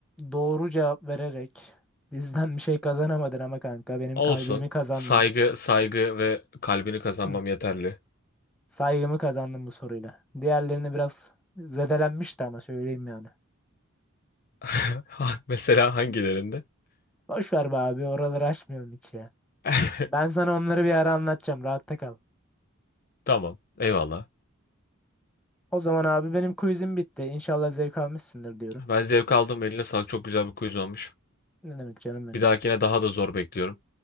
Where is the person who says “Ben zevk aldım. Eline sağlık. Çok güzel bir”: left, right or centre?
Left